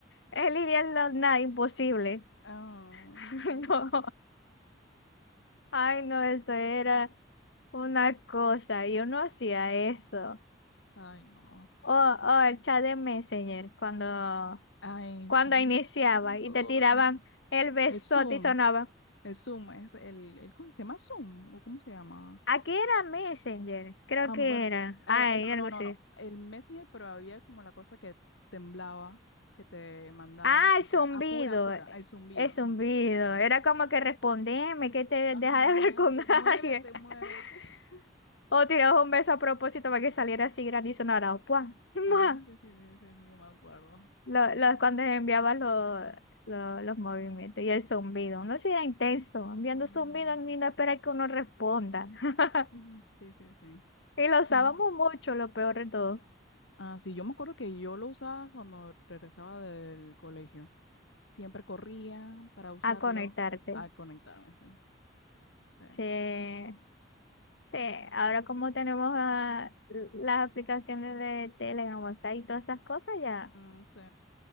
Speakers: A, on the left (about 70°); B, on the left (about 85°).
A: en línea, no, nada, imposible.
B: Ah,
A: <laughs>
B: sí.
A: No, ay, no, eso era una cosa, yo no hacía eso.
B: Ay, no.
A: O, o el chat de Messenger, cuando
B: Ay,
A: cuando
B: sí. me
A: iniciaba
B: acuerdo.
A: y te tiraban el besote
B: El Zoom.
A: y sonaba.
B: El Zoom es el, el, ¿cómo se llama Zoom? ¿O cómo se llama?
A: Aquí era Messenger, creo
B: Ah,
A: que
B: bueno.
A: era.
B: era-
A: Ay,
B: eh, no,
A: algo
B: no, no,
A: así.
B: no. El Messenger, pero había como la cosa que temblaba, que te mandaban
A: Ah,
B: como
A: el zumbido.
B: que apura, apura,
A: eh,
B: el zumbido.
A: El zumbido.
B: Ajá, sí, sí, sí,
A: Era
B: sí.
A: como que respondeme, que te
B: Ajá,
A: deja de <laughs> hablar con
B: que muévete,
A: alguien. <laughs>
B: muévete. <laughs>
A: O tirabas un beso a propósito para que saliera así grande y sonara. ¡pua!
B: Ah,
A: ¡mua!
B: sí, sí, sí, sí, sí, yo me acuerdo.
A: Lo- lo- cuando enviabas los, los, los movimientos y el zumbido. No sea intenso. Enviando
B: Mm,
A: zumbido ni no esperar que uno responda. <laughs>
B: ujú, Sí, sí, sí.
A: Y lo usábamos
B: Sí, me-
A: mucho, lo peor de todo.
B: Ah, sí, yo me acuerdo que yo lo usaba cuando regresaba del colegio. Siempre corría para usarlo
A: a conectarte.
B: a conectarme, sí. Sí.
A: Sí, sí. Ahora como tenemos ah, las aplicaciones de Telegram, WhatsApp y todas esas cosas, ya,
B: Mm, sí,